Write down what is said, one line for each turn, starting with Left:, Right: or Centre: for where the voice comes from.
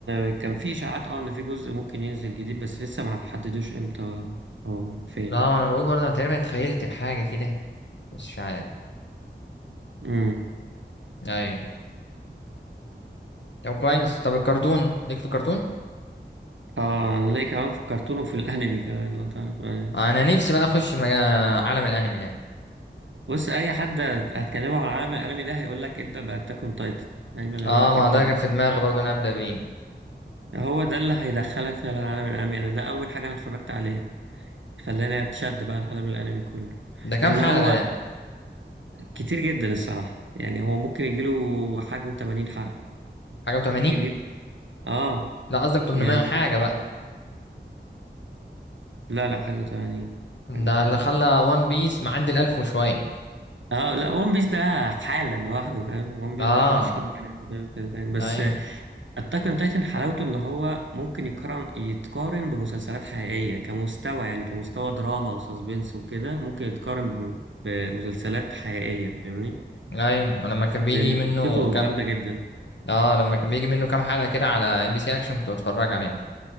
Right: آه، كان في إشاعات اه إن في جزء ممكن ينزل جديد بس لسه ما حددوش امتى أو فين
Left: لا
Right: يعني
Left: انا بقول برضه انا تقريبا اتخيلت بحاجه كده بس مش عارف
Right: امم
Left: ايوه طب كويس طب الكرتون ليك في الكرتون
Right: اه أنا ليه كمان فكرتونه في الكرتون وفي الأنمي كمان لو تعرف آه.
Left: انا نفسي بقى اخش مجا... عالم الانمي ده
Right: بص أي حد هتكلمه عن عالم الأنمي ده هيقول لك ابدأ بأتاك أون تايتن دايما
Left: اه
Right: هيقول لك
Left: ما
Right: ابدأ
Left: ده
Right: ب-
Left: كان في دماغي برضه انا ابدا بيه
Right: هو ده اللي هيدخلك فعلا عالم الأنمي أنا ده أول حاجة أنا اتفرجت عليها خلاني أتشد بقى العالم الأنمي كله
Left: ده كام
Right: لأن
Left: حلقه
Right: هو
Left: ده
Right: كتير جدا الصراحة يعني هو ممكن يجيله حاجة و80 حلقة
Left: حاجه و80
Right: كتير جدا اه
Left: لا قصدك 800
Right: يعني
Left: حاجه بقى
Right: لا لا حاجة تانية حاجة
Left: ده
Right: تانية
Left: اللي خلى وان بيس معدي الألف وشويه
Right: اه لا ون بيس ده حالة لوحده فاهم ون بيس
Left: اه
Right: ده مفيش حد يعمل كده تاني بس
Left: ايوه
Right: اتاك اون تايتن حلاوته ان هو ممكن يقارن يتقارن بمسلسلات حقيقية كمستوى يعني كمستوى دراما وساسبنس وكده ممكن يتقارن بم- بمسلسلات حقيقية فاهمني
Left: ايوه ولما كان بيجي
Right: لان
Left: منه
Right: قصته
Left: كام
Right: جامدة جدا
Left: اه لما كان بيجي منه كام حلقه كده على ام بي سي اكشن كنت بتفرج عليه